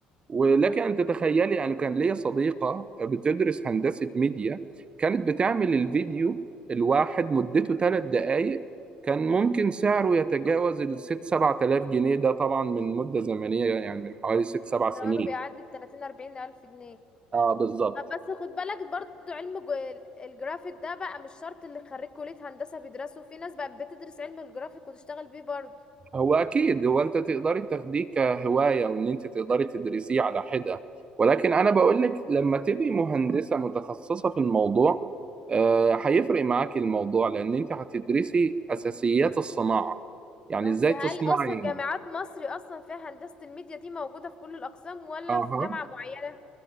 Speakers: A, on the right; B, on the left.
A: ولك أن تتخيلي أنا كان ليا صديقة بتدرس هندسة ميديا كانت بتعمل الفيديو الواحد مدته ثلاث دقايق كان ممكن سعره يتجاوز الست سبعة آلاف جنيه ده طبعا من مدة زمنية يعني من حوالي ست سبع
B: زمانه
A: سنين
B: بيعدي التلاتين أربعين ألف جنيه
A: اه بالظبط
B: طب بس خد بالك برضو علم جو- ال- الجرافيك ده بقى مش شرط اللي خريج كلية هندسة بيدرسه في ناس بقى بتدرس علم الجرافيك وتشتغل بيه برضو
A: هو اكيد هو انت تقدري تاخديه كهوايه وان انت تقدري تدرسيه على حده ولكن انا بقول لك لما تبقي مهندسه متخصصه في الموضوع آه، هيفرق معاكي الموضوع لان انت هتدرسي اساسيات الصناعه يعني
B: بس
A: ازاي
B: هل
A: تصنعي
B: أصلا جامعات مصر أصلا فيها هندسة الميديا دي موجودة في كل الأقسام ولا
A: اها
B: في جامعة معينة؟